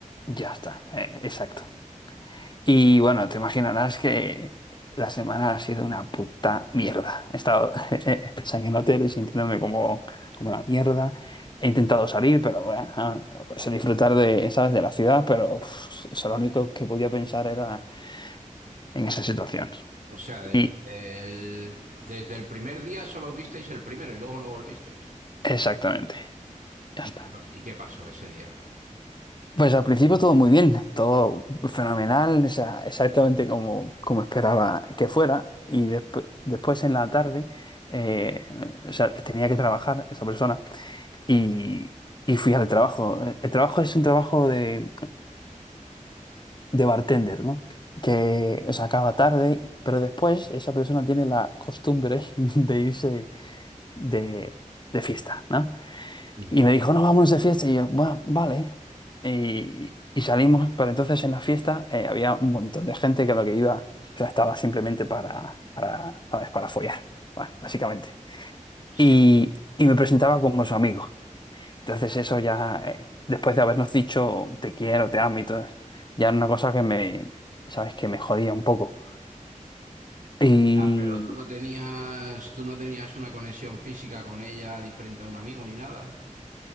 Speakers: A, on the left (about 35°); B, on the right (about 80°).
A: Ya está, eh, exacto. Y bueno, te imaginarás que la semana ha sido una puta mierda. He estado <laughs> eh, en hotel y sintiéndome como, como una mierda. He intentado salir, pero bueno, ah, o sea, disfrutar de, ¿sabes? de la ciudad, pero uf, o sea, lo único que podía pensar era en esa situación.
B: O sea, desde
A: Y
B: el, desde el primer día solo os visteis el primero y luego no volvisteis.
A: exactamente, ya
B: ¿Y,
A: está.
B: qué pa- y qué pasó ese día?
A: Pues al principio todo muy bien, todo fenomenal, o sea, exactamente como, como esperaba que fuera. Y despu- después en la tarde, eh, o sea, tenía que trabajar esa persona y, y fui al trabajo. El trabajo es un trabajo de, de bartender, ¿no? Que, o sea, acaba tarde, pero después esa persona tiene la costumbre <laughs> de irse de, de fiesta, ¿no?
B: Ujú.
A: Y me dijo, no, vámonos de fiesta. Y yo, bueno, vale. Y, y salimos, pero entonces en la fiesta eh, había un montón de gente que lo que iba, o sea, estaba simplemente para, para, ¿sabes? Para follar, ba- básicamente.
B: Sí,
A: Y, y me presentaba como su amigo. Entonces eso ya, eh, después de habernos dicho te quiero, te amo y todo, ya era una cosa que me, ¿sabes? Que me jodía un poco. Y
B: ah, pero tú no tenías, tú no tenías una conexión física con ella diferente a un amigo ni nada.